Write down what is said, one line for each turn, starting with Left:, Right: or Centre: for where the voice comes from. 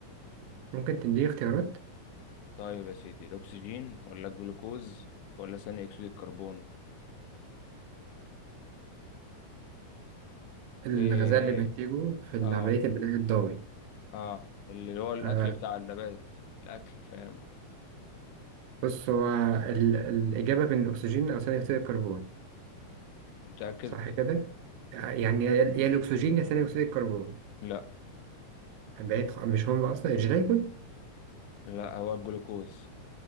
Right: ممكن تديني اختيارات
Left: طيب يا سيدي الاكسجين ولا الجلوكوز ولا ثاني اكسيد الكربون
Right: الغذاء
Left: ايه
Right: اللي بنتجه في
Left: اه
Right: عملية البناء الضوئي
Left: اه اللي هو الاكل
Right: آه،
Left: بتاع النبات الاكل فاهم
Right: بص هو ال- الإجابة بين الأكسجين أو ثاني أكسيد الكربون
Left: متاكد
Right: صح كده؟ يعني يا يا الأكسجين يا ثاني أكسيد الكربون
Left: لا
Right: بعيد خ- مش هم أصلا الجليكوز
Left: لا هو الجلوكوز